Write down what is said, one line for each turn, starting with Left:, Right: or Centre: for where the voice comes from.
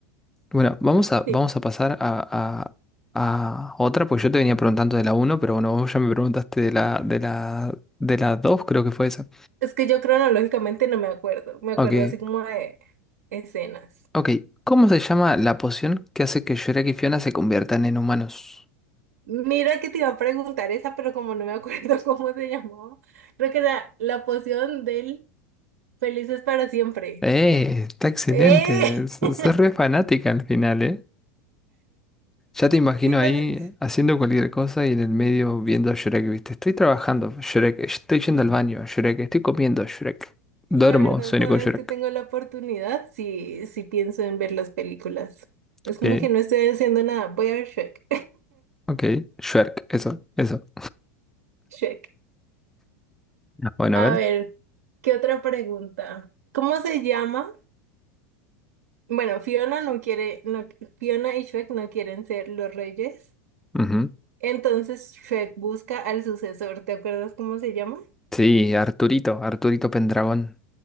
Centre: Bueno, vamos a,
Right: sí
Centre: vamos a pasar a, a- a otra, pues yo te venía preguntando de la uno, pero bueno, vos ya me preguntaste de la, de la, de la 2, creo que fue esa.
Right: Es que yo cronológicamente no me acuerdo, me acuerdo
Centre: Ok,
Right: así como de escenas.
Centre: ok. ¿Cómo se llama la poción que hace que Shrek y Fiona se conviertan en humanos?
Right: Mira que te iba a preguntar esa, pero como no me acuerdo <laughs> cómo se llamaba, creo que era la poción del Felices para siempre.
Centre: Eh, está excelente.
Right: ¡Eh!
Centre: Sos
Right: <laughs>
Centre: sos re fanática al final, ¿eh? Ya te imagino
Right: Sí, las-
Centre: ahí haciendo cualquier cosa y en el medio viendo a Shrek, ¿viste? Estoy trabajando, Shrek, estoy yendo al baño, Shrek, estoy comiendo, Shrek. Duermo,
Right: la verdad,
Centre: sueño
Right: cada
Centre: con
Right: vez
Centre: Shrek.
Right: que tengo la oportunidad, sí, sí pienso en ver las películas. Es
Centre: Ok,
Right: como que no estoy haciendo nada, voy a ver Shrek.
Centre: ok, Shrek, eso, eso.
Right: <laughs> Shrek.
Centre: Ya. Bueno,
Right: A
Centre: a ver.
Right: ver, ¿qué otra pregunta? ¿Cómo se llama? Bueno, Fiona no quiere, no- Fiona y Shrek no quieren ser los reyes.
Centre: Ujú.
Right: Entonces Shrek busca al sucesor. ¿Te acuerdas cómo se llama?
Centre: Sí, Arturito, Arturito Pendragón.